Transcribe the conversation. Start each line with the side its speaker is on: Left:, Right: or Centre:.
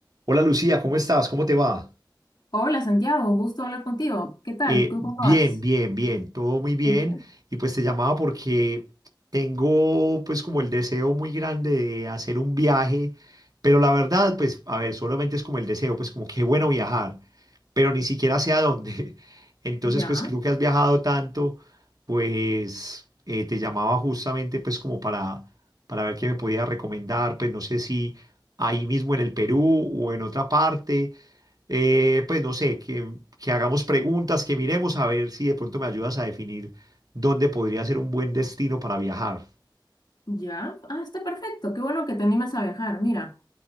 Right: Hola Lucía, ¿cómo estás? ¿Cómo te va?
Left: Hola Santiago, un gusto hablar contigo. ¿Qué tal?
Right: Eh,
Left: ¿Tú
Right: bien,
Left: cómo vas?
Right: bien, bien, todo muy bien.
Left: Cuéntame.
Right: Y pues te llamaba porque tengo pues como el deseo muy grande de hacer un viaje, pero la verdad pues a ver, solamente es como el deseo, pues como qué bueno viajar, pero ni siquiera sé a dónde. <laughs> Entonces
Left: Ya,
Right: pues creo que has viajado tanto, pues eh, te llamaba justamente pues como para, para ver qué me podías recomendar, pues no sé si ahí mismo en el Perú o en otra parte eh, pues no sé, que, que hagamos preguntas, que miremos a ver si de pronto me ayudas a definir dónde podría ser un buen destino para viajar.
Left: ya. Ah, está perfecto. Qué bueno que te animas a viajar. Mira,